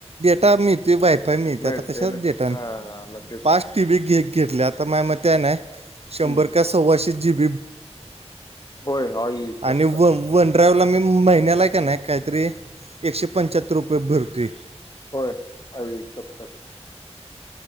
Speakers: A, on the right; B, on the left.
A: आता मिळतोय वायफाय मिळतोय
B: मिळते
A: आता कशा
B: ना
A: डेटा.
B: हां हां मग तेच
A: पाच टीबी घ घेतल्या आता माय म नाही शंभर
B: हम्म.
A: का सव्वाशे जी बी.
B: होय आई
A: आणि.
B: चप्पल
A: ड्रायव्हरला मी महिन्याला आहे का नाही काहीतरी एकशे पंच्याहत्तर रुपये भरतुय.
B: होय आ ह सब कर